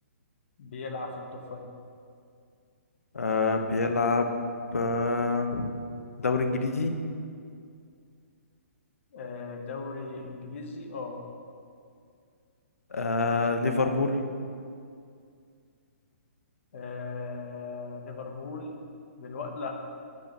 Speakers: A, on the left; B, on the left.
A: بيلعب في التوب فايف
B: آه بيلعب آه دوري إنجليزي
A: آه دوري انجليزي اه
B: آه ليفربول
A: آه... ليفربول دلوقتي لا